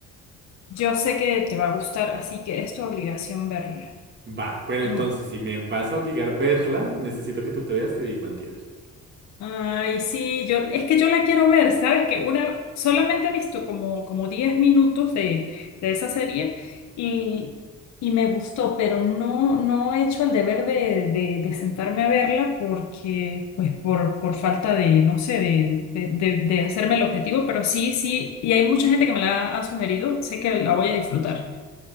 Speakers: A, on the left; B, on the right.
A: yo sé que te va a gustar, así que es tu obligación verla.
B: Va, pero
A: No.
B: entonces, si me vas a obligar a verla, necesito que tú te veas The Big Bang Theory.
A: Ay, sí, yo, es que yo la quiero ver, ¿sabes? Que una, solamente he visto como, como 10 minutos de, de esa serie y, y me gustó, pero no, no he hecho el deber de, de, de sentarme a verla porque, pues, por, por falta de, no sé, de, de, de, de hacerme el objetivo, pero sí, sí, y hay mucha gente que me la ha sugerido, sé que la voy a disfrutar.